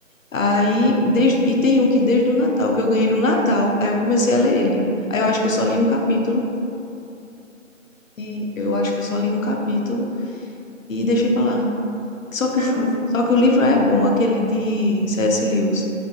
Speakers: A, on the left (about 75°); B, on the right (about 80°).
A: Aí desde, e tem um que desde o Natal, que eu ganhei no Natal, aí eu comecei a ler ele. Aí eu acho que eu só li um capítulo e eu acho que eu só li um capítulo e deixei pra lá. Só que
B: eu
A: o filme-
B: não. s-
A: só que o livro é bom, aquele de C.S. Lewis.